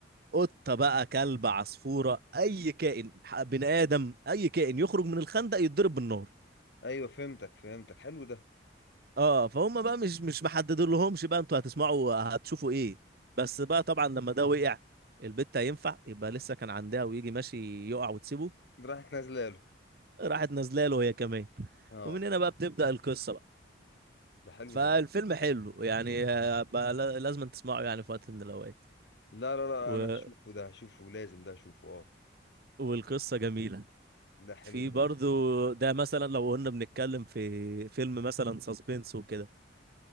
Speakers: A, on the right; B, on the left.
A: قطه بقى كلب عصفوره اي كائن ح- بني ادم اي كائن يخرج من الخندق يتضرب بالنار
B: ايوه فهمتك فهمتك حلو ده
A: اه فهم بقى مش مش محددين لهمش بقى انتوا هتسمعوا هتشوفوا ايه بس بقى طبعا لما ده وقع البت هينفع يبقى لسه كان عندها ويجي ماشي يقع وتسيبه
B: ده راحت نازله له
A: راحت نازله له هي كمان
B: اه
A: ومن هنا بقى بتبدأ القصة بقى
B: ده حلو
A: فالفيلم
B: ده
A: حلو يعني آه، بقى لا- لازم تسمعه يعني في وقت من الأوقات
B: لا لا لا
A: و...
B: انا هشوفه ده هشوفه لازم ده هشوفه اه
A: والقصة جميلة
B: ده حلو
A: في برضو
B: ده
A: ده مثلا لو قلنا بنتكلم في فيلم مثلا ساسبنس وكده